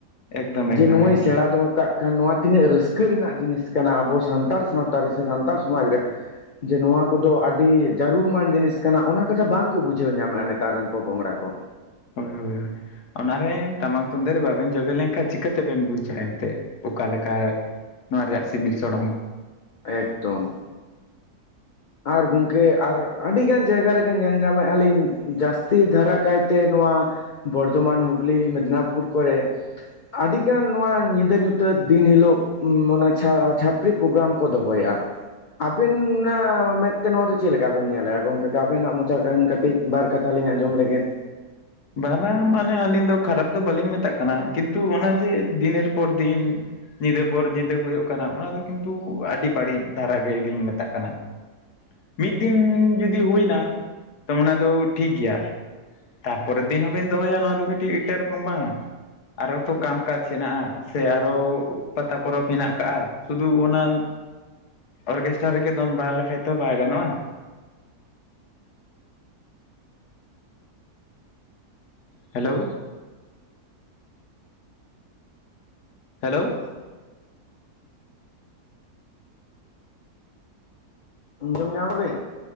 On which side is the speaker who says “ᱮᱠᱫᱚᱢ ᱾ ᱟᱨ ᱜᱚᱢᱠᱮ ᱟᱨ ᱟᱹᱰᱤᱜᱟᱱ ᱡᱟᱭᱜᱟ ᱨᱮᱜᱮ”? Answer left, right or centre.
Left